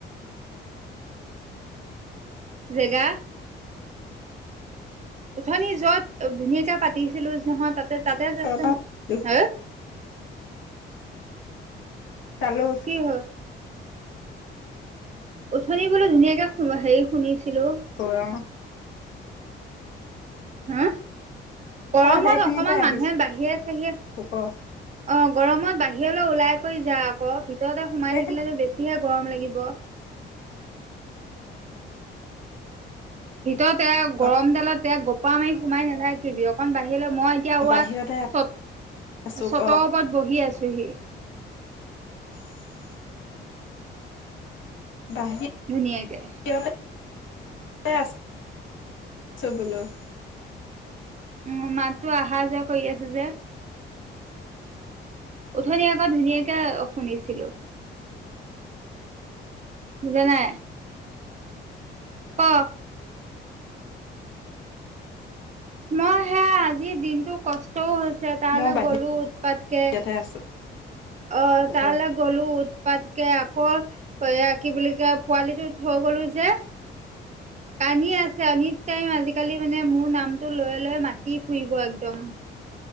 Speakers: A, on the right (about 35°); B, on the left (about 75°).
A: জেগা উথনি যত ধুনীয়াকে পাতিছিলো যে নহয় তাতে তাতে যাচোন।
B: কৰবাত দুখ
A: হ
B: খালো
A: কি হয়? উঠনি বোলে ধুনীয়াকে হেৰি শুনিছিলো।
B: কৰা
A: হা? গৰমত
B: অ সেইখিনিতে
A: অকমান
B: আহিছো
A: মানুহে বাহিৰে চাহিৰে
B: ক
A: অ গৰমত বাহিৰলৈ ওলাই কৰি যা আকৌ ভিতৰতে সোমাই
B: সেইখিনি
A: থাকিলেতটো বেছি বেছিহে গৰম লাগিব। ভিতৰত এ গৰম
B: অ
A: দালত এ গোপাল মাৰি সোমাই নাথাকিবি, অকণ বাহিৰলে মই এতিয়া
B: বাহিৰতে
A: চ
B: আছো
A: চত
B: ক
A: কত বহি আছোহি।
B: <inaudible> বাহিৰ
A: ধুনীয়াকে।
B: সহতে আ আছো বন <unintelligible>
A: উম, মাতটো অহা যোৱা কৰি আছে যে? উথনি আকৌ ধুনীয়াকে শুনিছিলো। বুজা নাই? ক তোমাৰ সেয়া আজি দিনতো কষ্টও হৈছে তালৈ
B: মই
A: গ'লো উৎপাতকে
B: বাহিৰতে আছো
A: অ তালে
B: ক
A: গ'লো উৎপাতকে আকৌ এয়া কি বুলি কয় পোৱালিটো থৈ গলো যে কানি আছে অনিত টাইম আজিকালি মানে মোৰ নামটো লৈ লৈ মাতি ফুৰিব একদম।